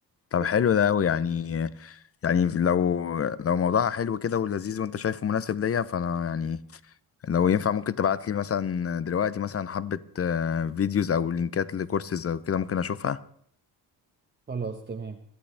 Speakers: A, on the left; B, on the right.
A: طب
B: بس
A: حلو ده أوي يعني يعني لو لو موضوعها حلو كده ولذيذ وانت شايفه مناسب ليا فانا يعني لو ينفع ممكن تبعت لي مثلا دلوقتي مثلا حبة آه، فيديوز او لينكات لكورسز او كده ممكن اشوفها
B: خلاص تمام